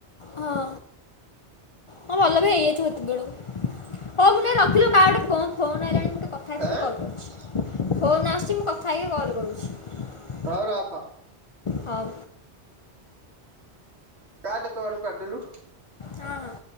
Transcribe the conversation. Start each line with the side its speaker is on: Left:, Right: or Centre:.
Left: ହଁ ହଁ ଭଲ ବି ହେଇଯାଇ ଥିବୁ ସେତିକି ବେଳକୁ ହଉ ମୁଁ ଟିକେ ରଖିଲୁ କାହା ଗୋଟେ ଫୋନ ଫୋନ‌ ଆଇଲାଣି ମୁଁ ଟିକେ କ କଥା ହେଇକି
Right: ଆଁ
Left: ତତେ କଲ୍ କରୁଛି ଫୋନ୍ ଆସୁଛି ମୁଁ କଥା ହେଇକି କଲ୍ କରୁଛି।
Right: ତ ଉ ରଖ।
Left: ହଉ।
Right: କାଟେ ତୋ ଆଡୁ କାଟିଲୁ।
Left: ହଁ ହଁ।